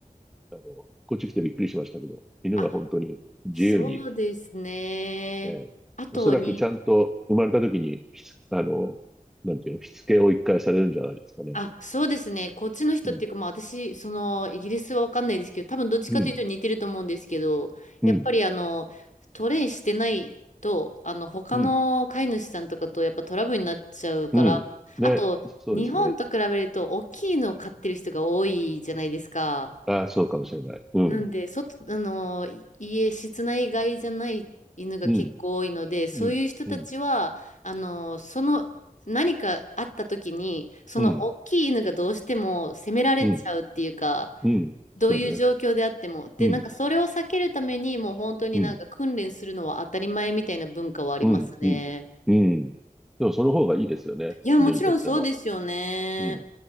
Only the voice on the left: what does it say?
あ、そうですね。
あとに、
あ、そうですね。こっちの人っていうか、
まあ私、その、イギリスはわかんないですけど、多分どっちかというと似てると思うんですけど、
やっぱりあの、トレイしてないと、あの、他の飼い主さんとかとやっぱトラブルになっちゃうから、
あと、
日本と比べると大きいのを飼ってる人が多いじゃないですか。
なんで、外、あの、い家、室内外じゃない犬が結構多いので、
そういう人たちは、
あの、その、何かあった時に、その大きい犬がどうしても責められちゃうっていうか、
どういう状況であっても。
で、
なんかそれを避けるために、もう本当になんか訓練するのは当たり前みたいな文化はありますね。
いや、もちろんそうですよね。